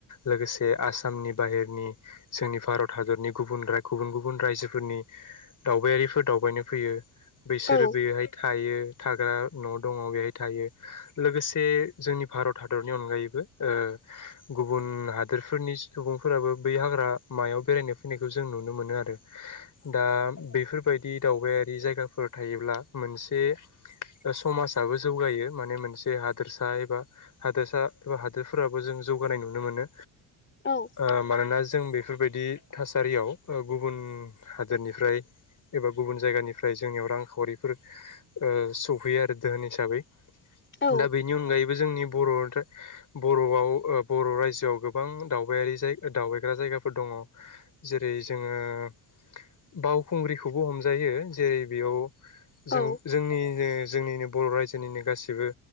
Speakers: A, on the left; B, on the left.
A: लोगोसे आसामनि बाहेरनि जोंनि भारत हादरनि गुबुन राय गुबुन गुबुन राय जोफोरनि दावबायारिफोर दावबायनो फैयो बैसोरो
B: औ
A: बेयोहाय थायो थाग्रा न दङ बेहाय थायो। लोगोसे जोंनि भारत हादरनि अनगायैबो ओ गुबुन हादोरफोरनि सुबुंफोराबो बै हाग्रा मायाव बेरायनो फैनायखौ जों नुनो मोनो आरो। दा बेफोरबायदि दावबायारि जायगाफोर थायोब्ला मोनसे समाजाबो जौगायो माने मोनसे हादोरसा एबा हादसा हादोरफोरा बो जों जौगानाय नुनो मोनो
B: औ
A: ओ मानोना जों बेफोर बायदि थासा रियाव ओ गुबुन हादोरनिफ्राय एबा गुबुन जायगानिफ्राय जोंनियाव रांखावरिफोर ओ सफैयो आरो दोहोन हिसाबै।
B: औ
A: दा बेनि अनगायैबो जोंनि बर- बरआव ओ बर रायजोआव गोबां दावबायारि जाय दावबायग्रा जायगाफोर दङ जेरै जोङो ओ बावखुंग्रिखौबो हमजायो जेरै बेयाव जों-जोंनि
B: औ
A: जे जोंनिनो बर रायजोनिनो गाैबो